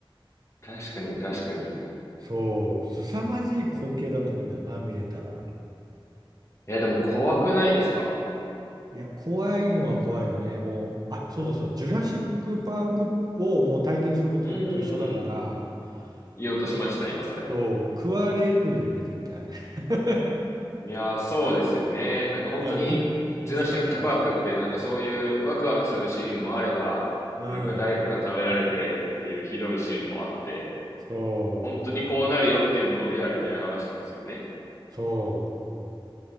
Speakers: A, on the left; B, on the right.
A: 確かに確かに。
B: そう、凄まじい光景だと思うんだよな、見れたら。
A: いや、でも怖くないですか
B: いや、怖いのは怖いよね。もう、あ、そうだそう、ジュラシックパークをもう体験することと一緒だから、
A: うんん。言おうとしました、
B: もう、
A: 今それ。
B: そう、食われるよね、絶対。<laughs>
A: いやー、そうですよね。なんか本当に、
B: うん、み、見つかったら。
A: ジュラシックパークってなんかそういうワクワクするシーンもあれば、
B: うん。
A: なんか誰かが食べられてっていうひどいシーンもあって、
B: そう、
A: 本当にこうなるよっていうのをリアルに表してますよね。
B: そう。